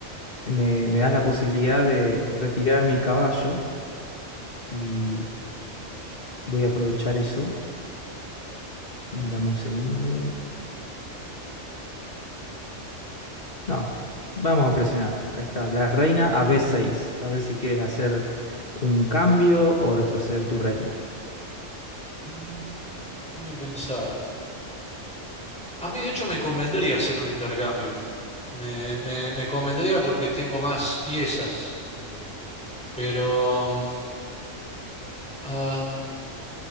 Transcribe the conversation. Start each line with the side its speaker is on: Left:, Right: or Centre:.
Left: me, me das la posibilidad de retirar mi caballo y voy a aprovechar eso. Dame un segundo. No, vamos a presionar. Ahí está, la reina a b seis. A ver si quieres hacer un cambio o retroceder tu reina.
Centre: Mm, déjame pensar. A mí de hecho me convendría hacer un intercambio. Me, me, me convendría porque tengo más piezas. eh, pero um, am,